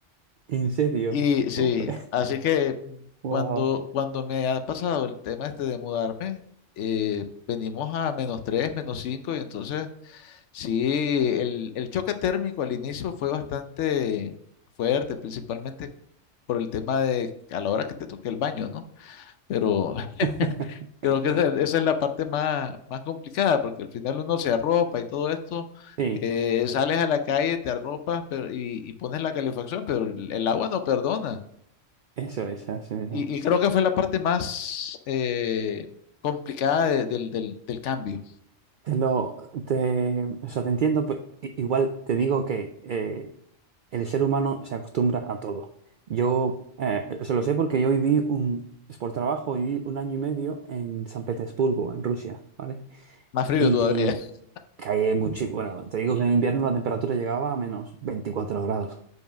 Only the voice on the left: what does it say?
Y
sí, así que mm,
cuando, cuando me ha pasado el tema este de mudarme, eh, venimos a menos 3 menos 5 y entonces sí, el, el choque térmico al inicio fue bastante fuerte, principalmente por el tema de a la hora que te toque el baño, ¿no? Pero <laughs>
creo que esa, esa es la parte más, más complicada, porque al final uno se arropa y todo esto,
eh, sales a la calle, te arropas pero, y, y pones la calefacción, pero el, el agua no perdona.
Y, y creo que fue la parte más eh, complicada de- del, del, del cambio,
más frío
todavía. <laughs>